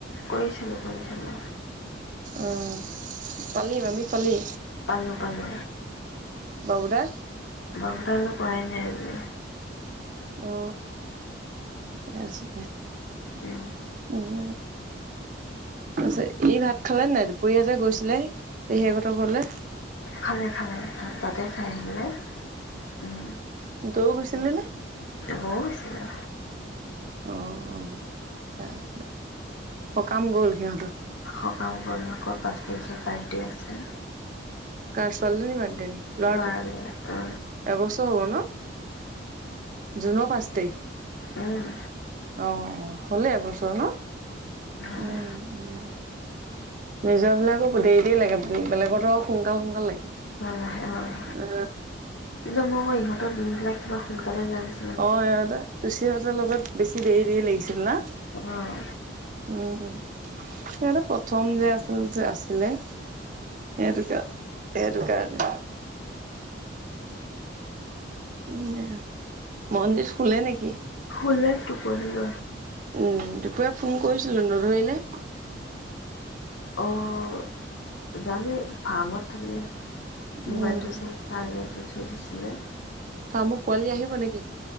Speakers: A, on the left; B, on the right.
A: কৰিছিলো কৰিছিলো
B: অ পালি মামীক পালি
A: পালো পালো
B: বাবু দা
A: বাবুদালৈ কৰাই নাই আজি
B: অ অ ঠিকে আছে
A: উম
B: উম তাৰপিছত ই ভাত খালে নে নাই দুপৰীয়া যে গৈছিলে পেহীয়েক হতৰ ঘৰলে
A: খালে খালে ভাত তাতে খাই আহিলে উম
B: তয়ো গৈছিলি নে
A: মও গৈছিলোঁ
B: অঁ অঁ ঠিকে আছে সকাম গ'ল সিহঁতৰ
A: সকাম গল আকৌ পাঁচ তাৰিখে বাৰ্থডে আছে
B: কাৰ ছোৱালীজনীৰ বাৰ্থডে নেকি ল'ৰাটো
A: লৰা ৰে অ
B: এবছৰ হ'ব ন জুনৰ পাছ তাৰিখ
A: উম
B: অ অ হ'লেই এবছৰ ন
A: ইহঁতে
B: উম উ নিজৰ বিলাকো দেৰি দেৰি লাগে হে বেলেগতো আও সোনকাল সোনকাল লাগে।
A: নাহে হয়
B: অ
A: কিন্তু মই আকৌ ইহঁতৰ দিন বিলাক কিবা সোনকালে যোৱাৰ নিচ
B: অঁ ইহঁততে তুচি হঁতৰ লগত বেছি দেৰি- দেৰি লাগিছিল না?
A: উম।
B: উম। ইহঁটো সিহতে প্ৰথম যে আচলতে আছিলে। সেইটো কা, সেইটো কাৰণে। উম, না মনজিত শুলে নেকি?
A: শুলে টোপনি গ'ল।
B: উম, দুপৰীয়া ফোন কৰিছিলোঁ, নধৰিলে।
A: অঁ জানো এই ফাৰ্মত থাকিলে,
B: উম
A: মোবাইলটো চাগে চাৰ্জে দি থৈ দিছিলে।
B: ফাৰ্মত পোৱালী আহিব নেকি?